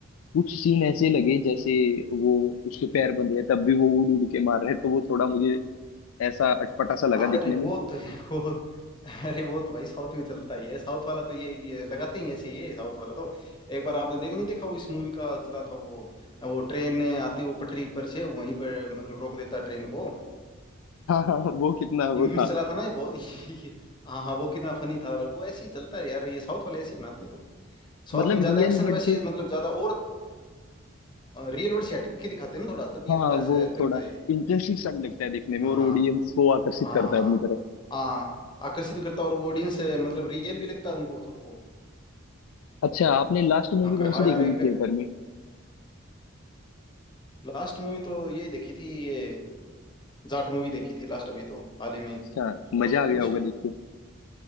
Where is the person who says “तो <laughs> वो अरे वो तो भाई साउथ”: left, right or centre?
Left